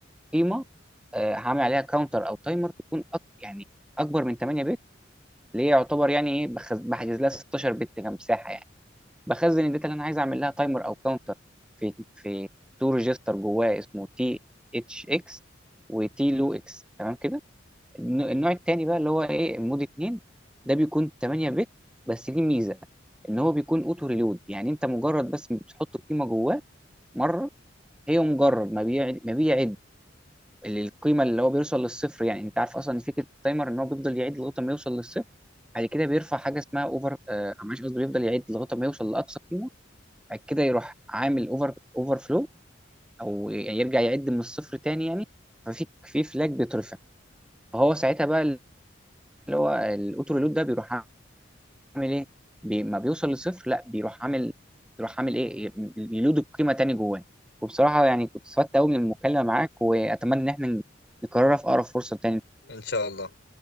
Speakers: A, in the centre; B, on the left.
A: قيمه آه، هعمل عليها كاونتر او تايمر تكون أك... يعني اكبر من 8 بت اللي هي يعتبر يعني ايه بخز... بحجز لها 16 بت كمساحه يعني بخزن الداتا اللي انا عايز اعمل لها تايمر او كاونتر في في تو ريجستر جواه اسمه تي اتش اكس وتي لو اكس تمام كده النوع النوع التاني بقى اللي هو ايه مود 2 ده بيكون 8 بت بس دي ميزه ان هو بيكون اوتو ريلود يعني انت مجرد بس بتحط القيمه جواه مره هي مجرد ما بيعد ما بيعد القيمه اللي هو بيوصل للصفر يعني انت عارف اصلا ان فكره التايمر ان هو بيفضل يعيد لغايه ما يوصل للصفر بعد كده بيرفع حاجه اسمها اوفر آه معلش قصدي بيفضل يعيد لغايه ما يوصل لاقصى قيمه بعد كده يروح عامل اوفر اوفر فلو او يرجع يعد من الصفر تاني يعني ففي في فلاج بيترفع فهو ساعتها بقى ال- الاوتو ريلود ده بيروح عامل ايه بي ما بيوصل لصفر لا بيروح عامل بيروح عامل ايه يلود القيمه تاني جواه وبصراحه يعني كنت استفدت قوي من المكالمه معاك واتمنى ان احنا نكررها في اقرب فرصه تاني
B: ان شاء الله